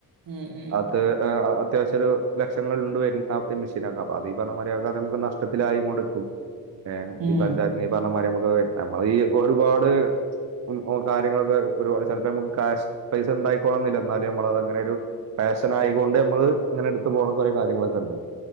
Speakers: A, on the right (about 70°); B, on the right (about 50°).
A: ഉം ഉം
B: അത് ആ ആ അത് അത്യാവശ്യം ഒരു ലക്ഷങ്ങള്ണ്ട് വര്ണ് ആ ഈ മെഷീനൊക്കെ അപ്പൊ അത് ഈ പറഞ്ഞ മാതിരി അത്പ്പംനമ്മക്ക് നഷ്ടത്തിലായി കൊണ്ട്ക്കും ഏ
A: ഉം
B: ഈ പഞ്ചായത്ത്ന്നീ പറഞ്ഞ മാതിരി നമ്മ്ക്ക് നമ്മളീ ഈ ഒരുപാട് ഉം ഓ കാര്യങ്ങളൊക്കെ ഒരുപാട് ചെലപ്പോ നമ്മക്ക് കാശ് പൈസ ഇണ്ടായിക്കോളണംന്നില്ല എന്നാലും നമ്മളത് അങ്ങനെ ഒരു പാ ഫാഷനായി കൊണ്ട് നമ്മള് ഇങ്ങനെ എടുത്ത് പോണ കൊറെ കാര്യങ്ങളൊക്കെ ഇണ്ട്